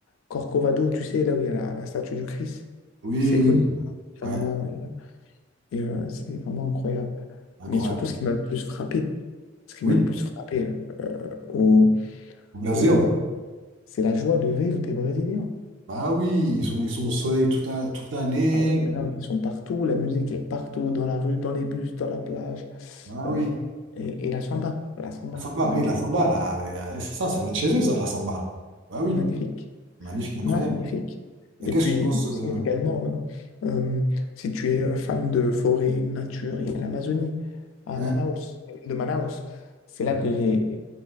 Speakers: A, on the left; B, on the right.
A: Corcovado, tu sais, là où il y a la, la statue du Christ.
B: Oui,
A: C'est
B: oui,
A: connu
B: oui. Ouais,
A: mondialement, et, euh, et, euh, c'est vraiment incroyable.
B: incroyable.
A: Mais surtout, ce qui m'a le plus frappé, ce qui
B: Oui,
A: m'a le plus frappé euh, au,
B: au Brésil.
A: au Brésil, c'est la joie de vivre des Brésiliens.
B: Bah oui, ils sont, ils sont au soleil toute la- toute l'année.
A: Ah oui, mais non, ils sont partout, la musique est partout, dans la rue, dans les bus, dans la plage.
B: Ah
A: euh,
B: oui.
A: et, et la samba, la samba,
B: La samba,
A: magnifique,
B: oui, la samba, là, et, euh, c'est ça, ça vient de chez eux, ça, la samba. Bah oui,
A: magnifique,
B: magnifique, incroyable.
A: magnifique.
B: Mais
A: Et
B: qu'est-ce
A: puis
B: que tu penses euh,
A: aussi, également, euh, euh, si tu es euh, fan de forêt, nature, il y a l'Amazonie, à
B: hein,
A: Manaus, la ville de Manaus. C'est
B: mhm,
A: là que j'ai